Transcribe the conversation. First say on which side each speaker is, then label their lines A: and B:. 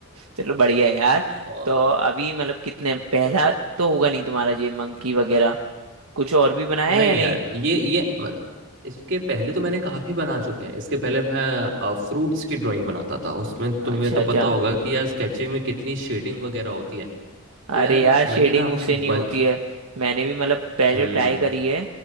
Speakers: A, on the right; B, on the right.
A: चलो बढ़िया है यार
B: और
A: तो अभी मतलब कितने पहला तो होगा नहीं तुम्हारा ये मंकी वगैरह कुछ और भी बनाया
B: नहीं
A: है या नहीं
B: यार ये ये म- इसके पहले तो मैंने काफी बना चुके हैं इसके पहले मैं फ्रूट्स की ड्राइंग बनाता था उसमें तुम्हें
A: अच्छा
B: तो
A: अच्छा
B: पता होगा कि यार स्केचिंग में कितनी शेडिंग वगैरह होती है तो
A: अरे
B: यार
A: यार
B: मैंने
A: शेडिंग
B: ना अपने
A: मुझसे नहीं
B: बच
A: होती है मैंने भी मतलब पहले
B: हम्म
A: तो ट्राई करी है